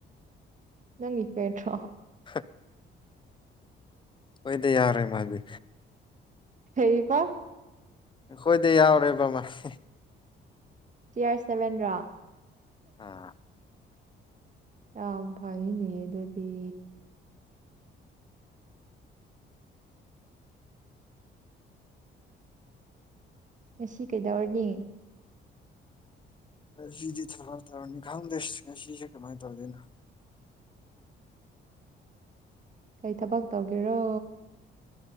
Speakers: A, on the right; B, on the left.
A: ꯅꯪꯒꯤ <unintelligible>
B: ꯍ ꯑꯣꯏꯗꯦ ꯌꯥꯔꯣꯏ ꯃꯥꯗꯤ
A: ꯀꯩꯕ
B: ꯑꯩꯈꯣꯏꯗ ꯌꯥꯎꯔꯦ ꯃꯥꯁꯦ
A: ꯁꯤ ꯑꯥꯔ ꯁꯚꯦꯟ ꯔꯣ
B: ꯑꯥ
A: ꯌꯥꯝ ꯐꯩꯅꯦ ꯑꯗꯨꯗꯤ ꯉꯁꯤ ꯀꯩꯗꯧꯔꯅꯤ
B: ꯁꯤꯗꯤ ꯊꯕꯛ ꯇꯧꯔꯅꯤ ꯈꯪꯗꯦ ꯁꯤ ꯉꯁꯤꯁꯦ ꯀꯃꯥꯏꯅ ꯇꯧꯗꯣꯏꯅꯣ
A: ꯀꯩ ꯊꯕꯛ ꯇꯧꯒꯦꯔꯣ